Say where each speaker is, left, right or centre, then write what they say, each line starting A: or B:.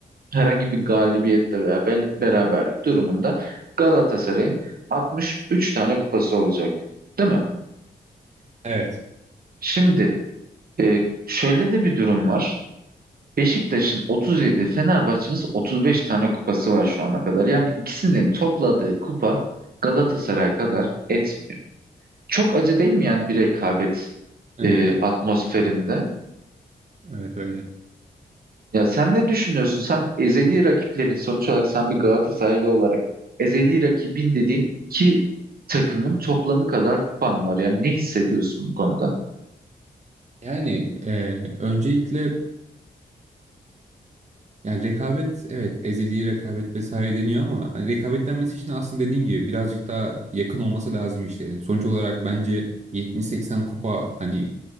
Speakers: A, on the right; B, on the right.
A: herhangi bir galibiyetle veya bel- beraberlik durumunda Galatasaray'ın 63 tane kupası olacak. Değil mi?
B: evet
A: Şimdi e, şöyle de bir durum var. Beşiktaş'ın 37, Fenerbahçe'nin ise 35 tane kupası var şu ana kadar. Yani ikisinin topladığı kupa Galatasaray kadar etmiyor. Çok acı değil mi yani bir rekabet
B: evet
A: e,
B: evet.
A: atmosferinde?
B: Öyle. Evet öyle.
A: Ya sen ne düşünüyorsun? Sen ezeli rakiplerin sonuç olarak sen bir Galatasaraylı olarak ezeli rakibin dediğin iki takımın toplamı kadar kupan var. Yani ne hissediyorsun bu konuda?
B: Yani e, öncelikle Yani rekabet evet ezeli rekabet vesaire deniyor ama hani rekabet denmesi için aslında dediğin gibi birazcık daha yakın olması lazım işlerin. Sonuç olarak bence 70-80 kupa hani